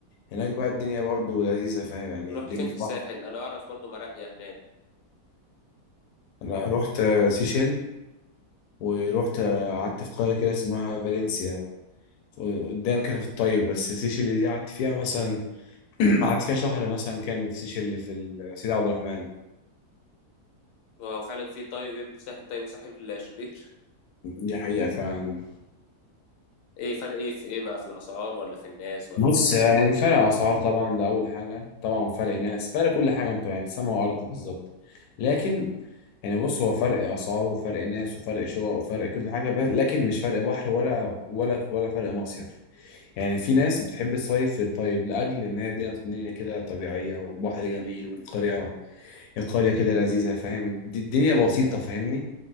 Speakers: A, on the left; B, on the left.
A: هناك بقى الدنيا برضه لذيذة فاهم يعني
B: رحت
A: الدنيا
B: فين في الساحل
A: بحر
B: انا اعرف برضو مراقية هناك
A: أنا رحت سيشيل ورحت قعدت في قرية كده اسمها فالنسيا قدام كده في الطيب بس السيشل اللي دي قعدت فيها مثلا <clears throat> قعدت فيها شهر مثلا كامل في السيشل اللي في ال- سيدي عبد الرحمن
B: هو فعلا في طيب ساحل طيب وساحل شرير
A: دي حقيقة فعلا
B: ايه فرق ايه في ايه بقى في الاسعار ولا في الناس ولا
A: بص
B: في ايه الدنيا
A: يعني فرق أسعار طبعا ده أول حاجة طبعا فرق ناس فرق كل حاجة أنت يعني سما وأرض بالظبط لكن يعني بص هو فرق أسعار وفرق ناس وفرق شقق وفرق كل حاجة ب- لكن مش فرق بحر ولا ولا ولا فرق مصيف يعني في ناس بتحب الصيف في الطيب لأجل إن هي الدنيا الدنيا كده طبيعية وبحر جميل وقرية قرية كده لذيذة فاهم الد- الدنيا بسيطة فاهمني